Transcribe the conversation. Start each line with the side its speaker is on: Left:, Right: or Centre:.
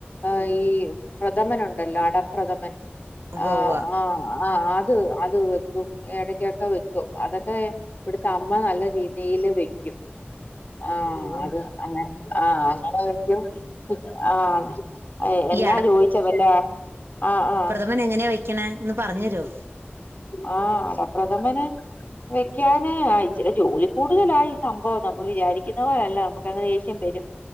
Left: അഹ് ഈ പ്രഥമൻ ഉണ്ടല്ലോ അടപ്രഥമൻ?
Right: ഉവ്വ
Left: ആഹ്
Right: ഉവ്വ
Left: ആഹ് ആഹ് അത് അത് വെക്കും ഇടക്കൊക്കെ വെക്കും. അതൊക്കെ ഇവിടുത്തെ അമ്മ നല്ല രീതിയില് വെക്കും. ആഹ്
Right: ഓ
Left: അത് അങ്ങനെ, ആഹ് അങ്ങനെ വെക്കും. ആഹ്
Right: ഈ
Left: എന്നാ ചോദിച്ചെ വല്ലോ? ആഹ് ആഹ്
Right: അങ്ങനെ എങ്ങനെയാ വയ്ക്കണെ? ഒന്ന് പറഞ്ഞു തര്വോ?
Left: ആഹ് അടപ്രഥമന് വെക്കാന് ആഹ് ഇച്ചിരെ ജോലിക്കൂടുതലാ ഈ സംഭവം. നമ്മള് വിചാരിക്കുന്ന പോലല്ല നമു ക്കങ്ങ്‌ ദേഷ്യം വരും.